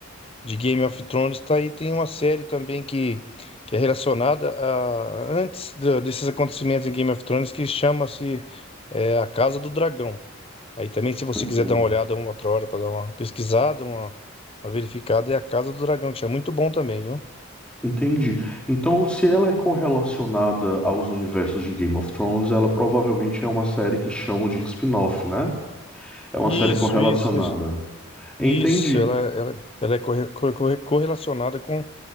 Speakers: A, on the left; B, in the centre.
A: de Game of Thrones tá aí. Tem uma série também que, que é relacionada a antes da- desses acontecimentos em Game of Thrones que chama-se é, A Casa do Dragão. Aí também, se você quiser
B: Uhum.
A: dar uma olhada uma outra hora para dar uma pesquisada, uma, uma verificada, é A Casa do Dragão, que é muito bom também, viu?
B: Entendi. Então, se ela é correlacionada aos universos de Game of Thrones, ela provavelmente é uma série que chamam de spin-off, né? É uma
A: Isso,
B: série correlacionada.
A: isso, isso.
B: Entendi.
A: Isso, ela, ela, ela é corre- corre- corre- correlacionada com,